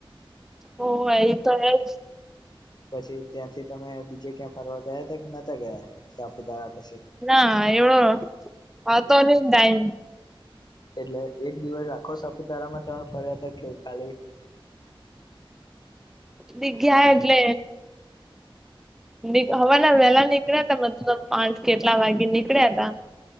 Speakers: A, in the centre; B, on the left.
A: હોવે, ઈ તો હેજ
B: પછી, ત્યાંથી તમે બીજે ક્યાં ફરવા ગયા, હતા કે નતા ગયા, સાપુતારા પછી
A: ના એવડો આવતો નહી, ટાઈમ
B: એટલે એક દિવસ આખો સાપુતારામા તમે ફર્યા હતા, કે ખાલી
A: બીગ્યા એટલે ની હવારના વહેલા નીકળ્યા મતલબ, આ કે એટલા વાગે નીકળ્યા તા